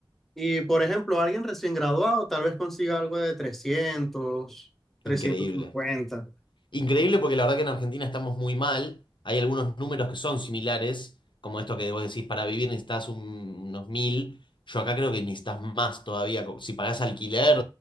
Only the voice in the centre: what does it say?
Y por ejemplo, alguien recién graduado tal vez consiga algo de 300 350.